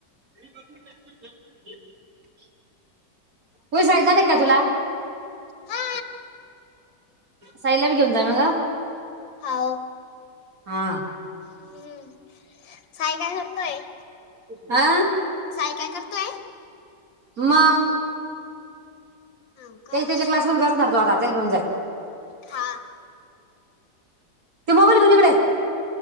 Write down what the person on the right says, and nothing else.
बास् गेले. होऊसगदा नाही का तुला
साईला बी घेऊन जाय मग
हा
हा
म
ते त्याच्या क्लासमध्ये बसणार तो आता त्याल घेऊन जाई
ते मोबाईल घेऊन ये तकडे